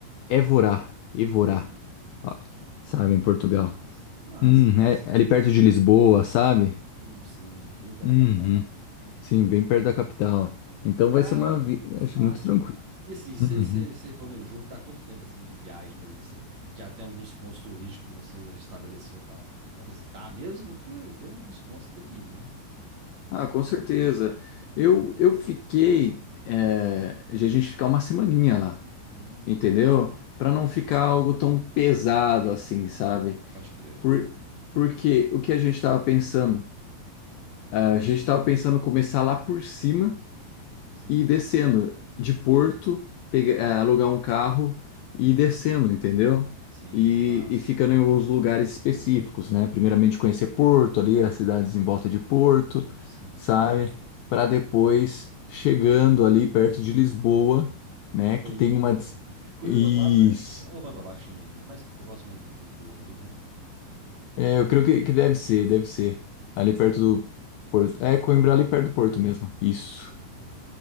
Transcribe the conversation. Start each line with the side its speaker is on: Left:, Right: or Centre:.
Left: Évora, Évora,
Right: Hum.
Left: ó,
Right: Ó,
Left: sabe, em Portugal.
Right: que massa. Massa,
Left: Hum,
Right: massa.
Left: é é ali perto de Lisboa, sabe?
Right: Hum, sim, bem perto
Left: Uhum.
Right: da capital lá.
Left: Sim, bem perto da capital. Então
Right: Cara,
Left: vai ser uma viagem
Right: massa.
Left: muito tranquila.
Right: E assim, você
Left: Uhum.
Right: planejou ficar quanto tempo assim de viagem mesmo assim? Já tem alguns pontos turísticos que você estabeleceu para para visitar mesmo? Porque tem alguns pontos que tem que ir, né?
Left: Ah, com certeza. Eu, eu fiquei eh, de a gente ficar uma semaninha lá,
Right: Hum,
Left: entendeu? Para não
Right: sim,
Left: ficar algo tão pesado assim, sabe?
Right: pode crer.
Left: Por, porque o que a gente estava pensando? Ah, a
Right: Hum,
Left: gente estava pensando começar lá por cima
Right: sim.
Left: e descendo de Porto, pega- eh, alugar um carro e ir descendo,
Right: Hum,
Left: entendeu?
Right: sim,
Left: E,
Right: massa.
Left: e ficando em alguns lugares específicos, né? Primeiramente conhecer Porto, ali as cidades em volta de Porto,
Right: Sim.
Left: sabe? Para depois chegando ali perto de Lisboa, né?
Right: Coimbra.
Left: Que tem uma. dis-
Right: <laughs> Coimbra
Left: Isso.
Right: é pro outro lado, né? É lá pra baixo também. É mais próximo de- do porto ali, não é?
Left: É, eu creio que, que deve ser, deve ser. Ali
Right: Hum,
Left: perto do Porto. É, Coimbra, ali perto do Porto mesmo. Isso.
Right: sim.